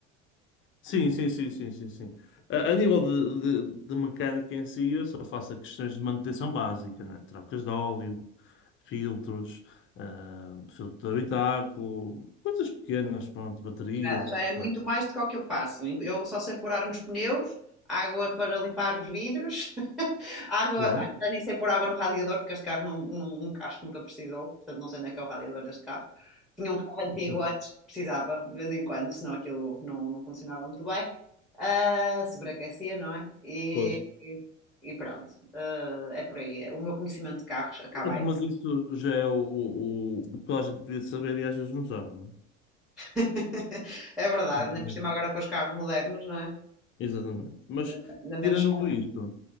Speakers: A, on the left (about 35°); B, in the centre.
A: Sim, sim, sim, sim, sim, sim. A, a nível de, de, de mecânica em si, eu só faço questões de manutenção básica, né? Trocas de óleo, filtros, ah, filtro de habitáculo, coisas pequenas, pronto, baterias,
B: Já, já
A: etc.
B: é muito mais do que o que eu faço. Eu só sei pôr ar nos pneus, água para limpar os vidros, <laughs> água,
A: Pronto,
B: ah, já nem sei pôr água no radiador, porque este carro não, não- nunca- acho que nunca precisou, portanto não sei onde é que é o radiador deste carro. Tinha um carro antigo
A: <laughs>
B: antes que precisava, de vez em quando, senão aquilo não, não funcionava muito bem. Ah, sobreaquecia, não é? E,
A: pois.
B: e- e pronto, Ah, é por aí. É, O meu conhecimento de carros acaba
A: Pronto,
B: aí.
A: mas isso já é o, o, o que toda a gente devia saber e às vezes não sabe, não é?
B: <laughs> É verdade,
A: Mas-
B: ainda por cima agora com os carros modernos, não é?
A: Exatamente. Mas,
B: Ah, Ainda menos.
A: tirando isto,